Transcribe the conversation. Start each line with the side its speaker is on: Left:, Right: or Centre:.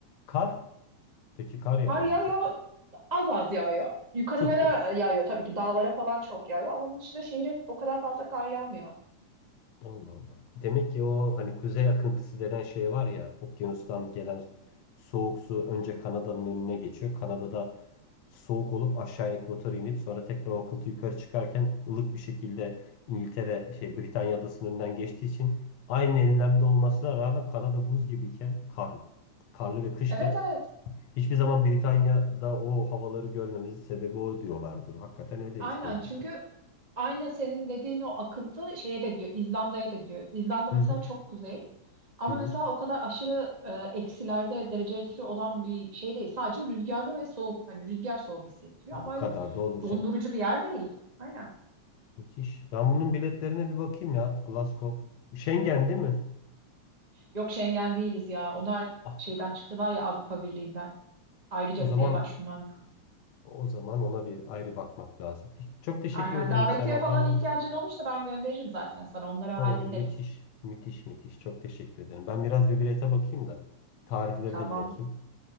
Left: Kar? Peki kar yağıyor
Right: Kar yağıyor,
Left: mu çok?
Right: az az yağıyor. Yukarılara
Left: Tutmuyor.
Right: e, yağıyor tabii ki dağlara falan çok yağıyor. Ama onun dışında şehre o kadar fazla kar yağmıyor.
Left: Allah Allah. Demek ki o hani kuzey akıntısı denen şey var ya okyanustan gelen soğuk su önce Kanada'nın önüne geçiyor. Kanada'da soğuk olup aşağı ekvatora inip sonra tekrar o akıntı yukarı çıkarken ılık bir şekilde İngiltere şey Britanya adasının önünden geçtiği için aynı enlemde olmasına rağmen Kanada buz gibiyken karlı. Karlı ve kışken
Right: Evet evet.
Left: hiçbir zaman Britanya'da o havaları görmemizin sebebi o diyorlardı. Hakikaten öyleymiş
Right: Aynen
Left: demek
Right: çünkü
Left: ki.
Right: aynı senin dediğin o akıntı şeye de gidiyor. İzlanda'ya da gidiyor. İzlanda mesela
Left: Hı hı.
Right: çok kuzey. Ama
Left: Hı hı.
Right: mesela o kadar aşırı e, eksilerde derecesi olan bir şey değil. Sadece rüzgarlı ve soğuk. Hani rüzgar soğuk hissettiriyor
Left: Ya
Right: ama
Left: o
Right: öyle
Left: kadar da olur
Right: dondurucu
Left: canım.
Right: bir yer değil. Aynen.
Left: Müthiş. Ben bunun biletlerine bir bakayım ya. Glasgow. Schengen değil mi?
Right: Yok Schengen değiliz ya. Onlar
Left: Ah,
Right: şeyden çıktılar ya Avrupa Birliği'nden. Ayrıca
Left: o zaman
Right: vizeye başvurman lazım.
Left: o zaman ona bir ayrı bakmak lazım. Çok teşekkür
Right: Aynen.
Left: ederim
Right: Davetiye
Left: Sema.
Right: falan
Left: Ben
Right: ihtiyacın
Left: bunu
Right: olursa ben gönderirim zaten sana. Onları hallederiz.
Left: o müthiş, müthiş, müthiş. Çok teşekkür ederim. Ben biraz bir bilete bakayım da tarihlere
Right: Tamam.
Left: de bir bakayım.